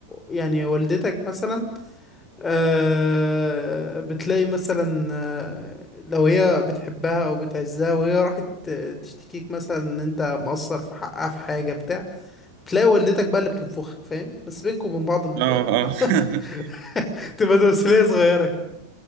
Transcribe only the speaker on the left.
يعني والدتك مثلا آه بتلاقي مثلا آه لو هي بتحبها او بتعزها وهي راحت تشتكيك مثلا ان انت مقصر في حقها في حاجة بتاع تلاقي والدتك بقى اللي بتنفخك فاهم بس بينكم وبين بعض ب...
<laughs> تبقى تمثيلية صغيرة كده